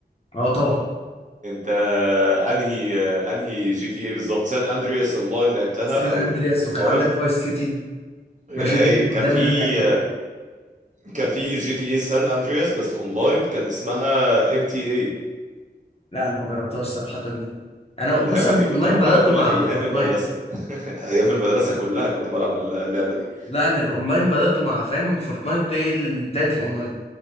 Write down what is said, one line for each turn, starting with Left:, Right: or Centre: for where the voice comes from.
Left: اه طبعا
Right: انت انهي انهي جي تي اي بالظبط سان اندرياس اونلاين لعبتها
Left: سان
Right: او
Left: اندرياس
Right: الاوفلاين
Left: وكان عندك فايس سيتي
Right: غير
Left: ماشي
Right: ايه
Left: دول قدام
Right: كان في
Left: اللي انا لعبتهم
Right: كان في جي تي اي سان اندرياس بس اونلاين كان اسمها ام تي اي
Left: لا انا ما جربتهاش صراحه دي انا
Right: اللعبه
Left: بص انا
Right: دي
Left: الاونلاين
Right: كنت بلعبها
Left: بداته
Right: كل
Left: مع
Right: ايام
Left: فورتنايت
Right: المدرسه <laughs> ايام المدرسه كلها كنت بلعب اللعبه دي
Left: لا انا الاونلاين بداته مع فاهم فورتنايت هي ال- بتاعت الاونلاين